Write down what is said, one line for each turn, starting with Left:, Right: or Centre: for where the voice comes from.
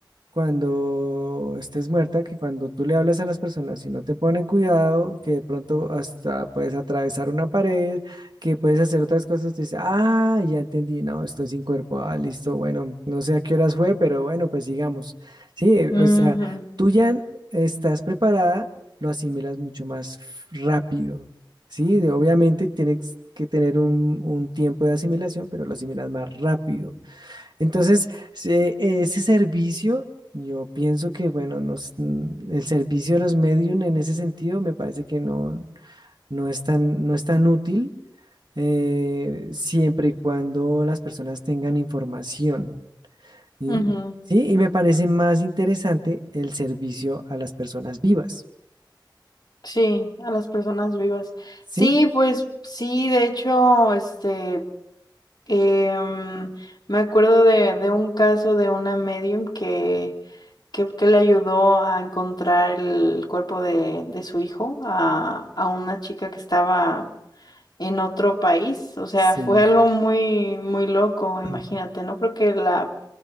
Right: cuando estés muerta, que cuando tú le hablas a las personas y no te ponen cuidado, que de pronto hasta puedes atravesar una pared, que puedes hacer otras cosas, te dice, ah, ya entendí, no, estoy sin cuerpo, ah, listo, bueno, no sé a qué horas fue, pero bueno, pues sigamos. Sí, eh,
Left: Ujú,
Right: o sea, tú ya estás preparada, lo asimilas mucho más rápido, ¿sí? De- Obviamente tienes que tener un, un tiempo de asimilación, pero lo asimilas más rápido. Entonces, se- ese servicio, yo pienso que, bueno, nos- mm, el servicio de los medium en ese sentido me parece que no, no es tan, no es tan útil eh, siempre y cuando las personas tengan información. Y,
Left: ujú.
Right: sí, y me parece más interesante el servicio a las personas vivas.
Left: Sí, a las personas vivas.
Right: ¿Sí?
Left: Sí, pues sí, de hecho, este, em, me acuerdo de, de un caso de una medium que, que, que le ayudó a encontrar el cuerpo de, de su hijo a, a una chica que estaba en otro país. O sea,
Right: Sí.
Left: fue algo muy, muy loco,
Right: <clears throat>
Left: imagínate, ¿no? Porque la,